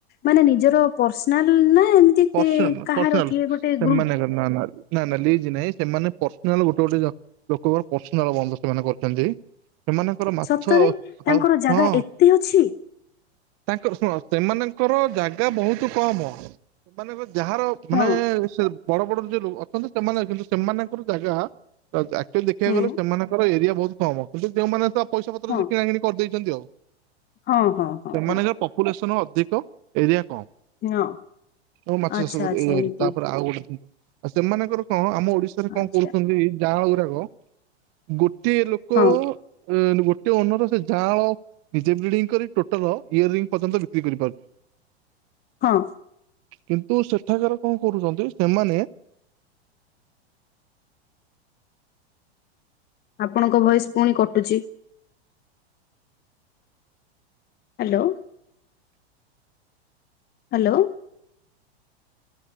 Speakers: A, on the left (about 30°); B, on the right (about 45°).
A: ମାନେ ନିଜର ପର୍ସନାଲ ନା ଏ
B: ପର୍ସନ
A: କି କାହାର
B: ପର୍ସନାଲ
A: କିଏ ଗୋଟେ
B: ସେମାନେ
A: ଗ୍ରୁପ
B: ନା ନା ନା ଲିଜ ନାଇଁ ସେମାନେ ପର୍ସନାଲ ଗୋଟେ ଗୋଟେ ଲୋକଙ୍କର ପର୍ଶିନାଲ ବନ୍ଧ ସେମାନେ କରିଛନ୍ତି ସେମାନେ ଆମର ମାଛ
A: ସତରେ ତାଙ୍କର
B: ଆଉ
A: ଜାଗା
B: ହଁ।
A: ଏତେ ଅଛି
B: ତାଙ୍କ ଶୁଣ ସେମାନଙ୍କର ଜାଗା ବହୁତ୍ କମ ସେମାନଙ୍କ ଯାହାର ମାନେ
A: ହଁ
B: ସେ ବଡ଼ ବଡ଼ ଯୋଉ ଲୋକ ଅଛନ୍ତି ସେମାନେ କିନ୍ତୁ ସେମାନଙ୍କର ଜାଗା ଆକ୍ଚୁଆଲି ଦେଖିବାକୁ
A: ହୁଁ
B: ଗଲେ ସେମାନଙ୍କର ଏରିଆ ବହୁତ୍ କମ୍ କିନ୍ତୁ ଯୋଉମାନେତ ପଇସା ପତ୍ର
A: ହଁ
B: ସେକିଣା କିିଣି କରିଦେଇଚନ୍ତି ଆଉ।
A: ହଁ ହଁ ହଁ
B: ସେମାନଙ୍କର
A: ହଁ
B: ପପୁଲେସନ ଅଧିକ ଏରିଆ କମ୍।
A: ହଁ।
B: କୋଉ ମାଛ ଚାଷ
A: ଆଚ୍ଛା
B: ଏଇଭାରୁ
A: ଆଚ୍ଛା ଏମିତି
B: ତାପରେ ଆଉ ଗୋଟେ ଜିନିଷ ଆଉ ସେମାନଙ୍କର କଣ ଆମ ଓଡ଼ିଶାରେ
A: ଆଚ୍ଛା
B: କଣ କରୁଚନ୍ତି। ଜାଆଁଳ ଗୁଡ଼ାକ ଗୋଟିଏ ଲୋକ
A: ହଁ
B: ଗୋଟେ ଅନର ସେ ଯାଆଁଳ ନିଜେ ବ୍ରିଡିଙ୍ଗ କରି ଟୋଟାଲ ଇୟର ରିଙ୍ଗି ପର୍ଯ୍ୟନ୍ତ ବିକ୍ରି କରିପାରୁଚି।
A: ହଁ।
B: କିନ୍ତୁ ସେଠାକାର କଣ କରୁଚନ୍ତି ସେମାନେ
A: ଆପଣଙ୍କ ଭୟସ୍ ପୁଣି କଟୁଚି। ହାଲୋ। ହାଲୋ।